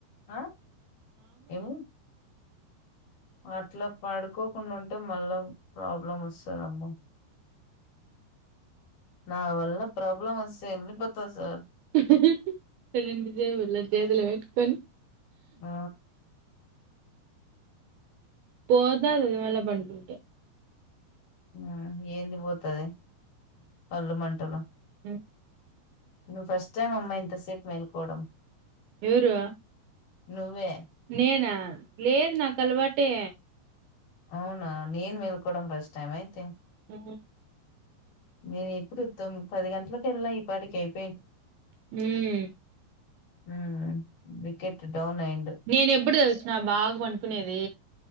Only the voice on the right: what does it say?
హహ రెండు జేబులు చేతుల పెట్టుకొని
పోదా అది మళ్ళ పండుకుంటే
అ
ఎవరు
నేనా లేదు నాకు అలవాటే
అ
ఉమ్
నేను ఎప్పుడు తెలిసిన బాగా పనుకునేది